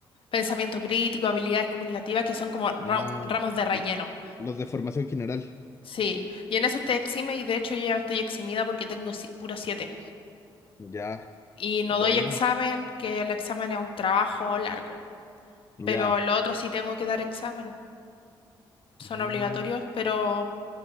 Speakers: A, on the left; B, on the left.
A: pensamiento crítico, habilidades comunicativas, que son como ra-
B: Ah,
A: ramos de relleno.
B: los de formación general.
A: Sí, y en eso te exime y de hecho yo ya estoy eximida porque tengo si- puro 7
B: Ya,
A: y no
B: buena.
A: doy examen, que el examen es un trabajo largo,
B: Ya.
A: pero lo otro sí tengo que dar examen, son
B: Mm.
A: obligatorios, pero